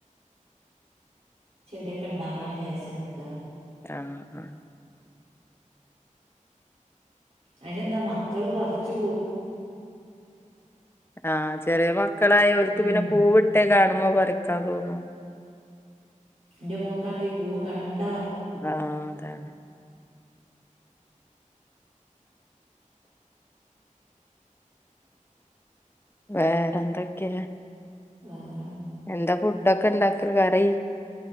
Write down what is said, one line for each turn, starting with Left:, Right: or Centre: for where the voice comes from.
Right: ചെടിയൊക്കെ ഇണ്ടാക്കണം വിചാരിച്ചു നിക്ക.
Left: ആ ആ
Right: അയിനെന്താ മക്കള് പർച്ചു
Left: ആ ചെറിയ മക്കളായോൽക്ക്
Right: ഉം
Left: പിന്നെ പൂവിട്ടേ കാണുമ്പോ പറിക്കാ തോന്നും.
Right: ഇന്റെ മോക്കാണെങ്കി പൂവ് കണ്ട
Left: ആ അതാണ്. വേറെന്തൊക്കെയാ?
Right: ആ
Left: എന്താ ഫുഡൊക്കെ ഇണ്ടാ <unintelligible> കറി